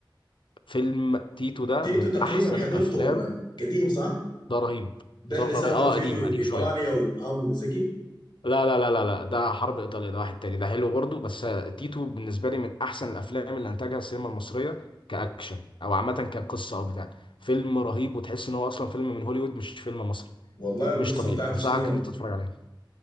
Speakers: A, on the left; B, on the left.
A: فيلم تيتو ده
B: تيتو
A: من
B: تقريبا
A: احسن
B: حضرته
A: الافلام
B: والله قديم صح؟
A: ده رهيب
B: ده اللي
A: ده
B: سافر
A: رهيب. اه
B: فيه
A: قديم قديم
B: ايطاليا
A: شويه
B: ومعاه منى زكي
A: لا لا لا لا لا ده حرب ايطاليا ده واحد تاني ده حلو برضو بس آه، تيتو بالنسبه لي من احسن الافلام اللي انتجها السينما المصريه كاكشن او عامه كقصه او بتاع فيلم رهيب وتحس ان هو اصلا فيلم من هوليوود مش فيلم مصري
B: والله القصة
A: مش طبيعي
B: بتاعت
A: انصحك
B: شنو
A: ان انت تتفرج عليه